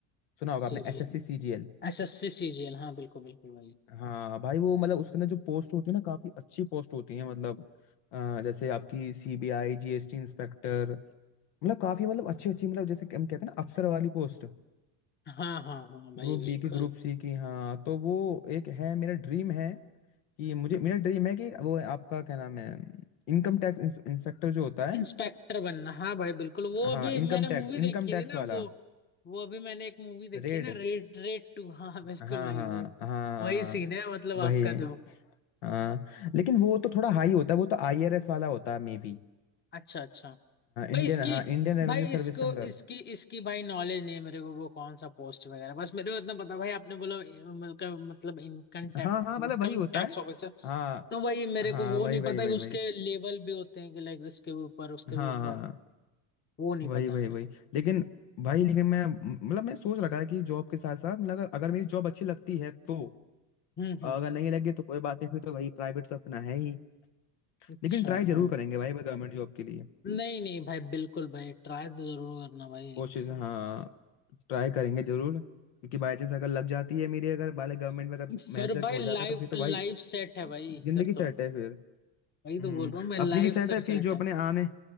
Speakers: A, on the left; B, on the left.
A: सुना होगा
B: सीजीएल
A: आपने एसएससी सीजीएल
B: एसएससी सीजीएल हाँ बिल्कुल बिल्कुल भाई
A: हाँ भाई वो मतलब उसके अंदर जो पोस्ट होती है ना काफी अच्छी पोस्ट होती है मतलब अ, जैसे आपकी सीबीआई जीएसटी इंस्पेक्टर मतलब काफी मतलब अच्छी अच्छी मतलब जैसे कि हम कहते हैं ना अफसर वाली पोस्ट
B: हाँ हाँ हाँ भाई
A: ग्रुप
B: बिल्कुल
A: बी की ग्रुप सी की हाँ तो वो एक है मेरा ड्रीम है कि मुझे मेरा ड्रीम है कि वो आपका क्या नाम है इनकम टैक्स इंस्पेक्टर जो होता है
B: इंस्पेक्टर बनना हाँ भाई बिल्कुल वो अभी
A: हाँ इनकम
B: मैंने
A: टैक्स
B: मूवी देखी
A: इनकम टैक्स
B: थी ना
A: वाला
B: वो वो अभी मैंने एक मूवी देखी
A: रेड
B: है ना रेड रेड टू हाँ बिल्कुल
A: हाँ हाँ
B: भाई वही
A: हाँ
B: वही
A: हाँ
B: सीन है मतलब
A: वही
B: आपका तो
A: हाँ लेकिन वो तो थोड़ा हाई होता है वो तो आईआरएस वाला होता है मे बी
B: अच्छा अच्छा भाई
A: इंडियन
B: इसकी
A: हाँ इंडियन रेवेन्यू
B: भाई इसको
A: सर्विस के अंदर
B: इसकी इसकी भाई नॉलेज नहीं है मेरे को वो कौन सा पोस्ट वगैरह बस मेरे को इतना पता भाई आपने बोला ए, मतलब मतलब इनकम टैक्स
A: हाँ हाँ
B: इनकम
A: मतलब वही होता
B: टैक्स
A: है
B: ऑफिसर
A: हाँ
B: तो भाई मेरे
A: हाँ
B: को वो
A: वही
B: नहीं
A: वही
B: पता
A: वही
B: कि उसके
A: वही
B: लेवल भी होते हैं कि लाइक उसके भी ऊपर उसके
A: हाँ
B: भी ऊपर
A: हाँ
B: वो नहीं
A: वही
B: पता
A: वही
B: है मेरे
A: वही
B: को
A: लेकिन भाई लेकिन मैं मतलब मैं सोच रखा है कि जॉब के साथ साथ मतलब अगर मेरी जॉब अच्छी लगती है तो
B: हम्म हम्म
A: अगर नहीं लगे तो कोई बात नहीं फिर तो वही प्राइवेट तो अपना है ही
B: अच्छा
A: लेकिन ट्राई जरूर
B: हाँ
A: करेंगे भाई गवर्नमेंट जॉब के लिए
B: नहीं नहीं भाई बिल्कुल भाई ट्राई तो जरूर करना भाई
A: कोशिश हाँ ट्राई करेंगे जरूर क्योंकि बाई चांस अगर लग जाती है मेरी अगर वाले गवर्नमेंट में अगर
B: फिर
A: मेहनत करके
B: भाई
A: हो
B: लाइफ
A: जाता तो फिर तो
B: लाइफ
A: भाई
B: सेट है भाई
A: जिंदगी
B: फिर
A: सेट
B: तो
A: है फिर हम्म
B: वही तो बोल रहा हूँ मैं लाइफ
A: अपनी भी सेट
B: फिर
A: है
B: सेट
A: फिर जो
B: है
A: अपने आने